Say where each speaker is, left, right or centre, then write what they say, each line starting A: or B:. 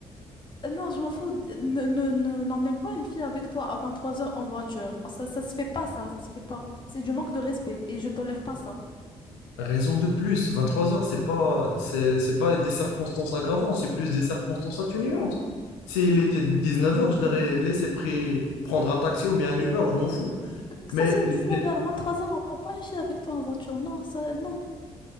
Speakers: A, on the left (about 30°); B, on the left (about 85°).
A: Euh, Non, je m'en fous. D- Ne, ne, ne- n'emmène pas une fille avec toi à 23 heures en voiture. Ça, ça se fait pas, ça. Ça se fait pas. C'est du manque de respect et je tolère pas ça.
B: Raison de plus, 23 heures, c'est pas, c'est, c'est pas des circonstances aggravantes, c'est plus des circonstances atténuantes. S'il était 19 heures, je l'aurais laissé pré- prendre un taxi ou bien un Uber, je m'en fous.
A: Que
B: Mais
A: ça soit
B: il
A: dix-neuf
B: était-
A: heures vingt-trois heures on prend pas une fille avec toi en voiture. Non, ça, non.